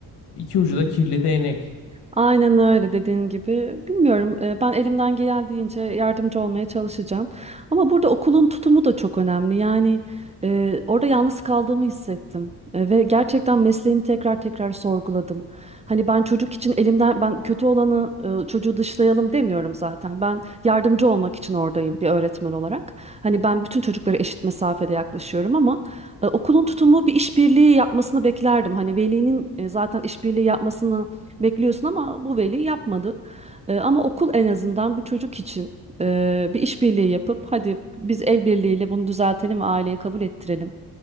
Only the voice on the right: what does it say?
Aynen öyle dediğin gibi. Bilmiyorum, e, ben elimden geldiğince yardımcı olmaya çalışacağım. Ama burada okulun tutumu da çok önemli. Yani e, orada yalnız kaldığımı hissettim E, ve gerçekten mesleğimi tekrar tekrar sorguladım. Hani ben çocuk için elimden ben kötü olanı e, çocuğu dışlayalım demiyorum zaten. Ben yardımcı olmak için oradayım bir öğretmen olarak. Hani ben bütün çocuklara eşit mesafede yaklaşıyorum ama e, okulun tutumu bir işbirliği yapmasını beklerdim. Hani velinin e, zaten işbirliği yapmasını bekliyorsun ama bu veli yapmadı. E, ama okul en azından bu çocuk için e, bir işbirliği yapıp hadi biz el birliğiyle bunu düzeltelim ve aileye kabul ettirelim.